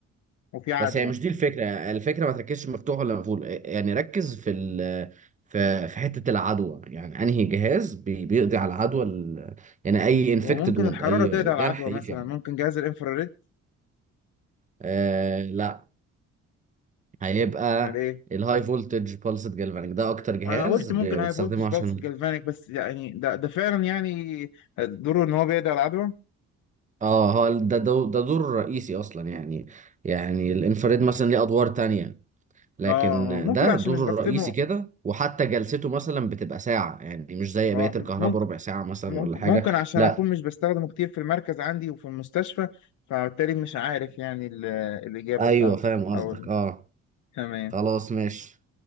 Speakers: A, on the left; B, on the right.
A: وفي عدوى
B: بس هي مش دي الفكرة الفكرة ما تركزش مفتوح ولا مقفول يعني ركز في ال في في حتة العدوى يعني انهي جهاز بي- بيقضي على العدوى ال- يعني اي انفكتد
A: هو ممكن
B: ووند
A: الحرارة
B: اي
A: تقضي على
B: جرح
A: العدوى
B: يفي
A: مثلا
B: عنه
A: ممكن جهاز الانفراريد
B: آه لا هيبقى
A: امال ايه
B: الهاي فولتج بالسد جالفانيك ده اكتر جهاز
A: وانا قلت
B: ب-
A: ممكن
B: بتستخدمه
A: هاي فولتج
B: عشان
A: بالس جالفانيك بس يعني ده ده فعلا يعني دوره ان هو بيقضي على العدوى
B: اه هو ده ده ده دور رئيسي اصلا يعني يعني الانفراد مثلا ليه ادوار تانية لكن
A: اه ممكن
B: ده
A: عشان
B: دوره
A: مش بختمه
B: الرئيسي كده وحتى جلسته مثلا بتبقى ساعة يعني مش زي
A: اه
B: بقية الكهرباء
A: ممكن
B: ربع ساعة مثلا
A: ممكن
B: ولا حاجة
A: ممكن عشان
B: لا
A: اكون مش بستخدمه كتير في المركز عندي وفي المستشفى فبالتالي مش عارف يعني ال- الإجابة
B: ايوه
A: بتاعتي
B: فاهم قصدك
A: أو
B: اه
A: تمام
B: خلاص ماشي